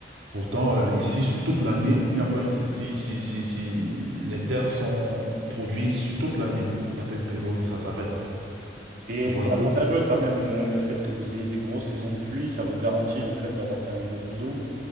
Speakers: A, on the right (about 80°); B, on the right (about 50°).
A: Pourtant, euh, ici, sur toute l'année, il n'y a pas une... Si, si, si, si- si les terres sont produites sur toute l'année, il n'y a pas une période où ça s'arrête.
B: Et
A: Tu vois
B: c'est
A: un
B: avantageux
A: peu?
B: quand même, le, le fait que vous ayez des grosses saisons de pluie, ça vous garantit le fait d'avoir quand même beaucoup d'eau.